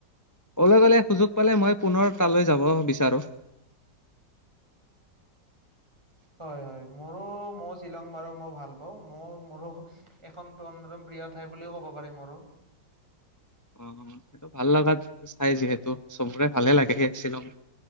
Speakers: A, on the left (about 20°); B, on the right (about 15°).
A: কলে গ'লে সুযোগ পালে মই পুনৰ তালৈ যাব বিচাৰোঁ। <unintelligible>
B: হয় হয় মোৰো। মই শ্বিলং বাৰু মই ভাল পাওঁ। মোৰ মোৰো এখন অন্যতম প্ৰিয় ঠাই বুলিও ক'ব পাৰি মোৰো।
A: অ সেইটো ভাল লগাত চাই যিহেতু চবৰে ভালে লাগে সে শ্বিলং।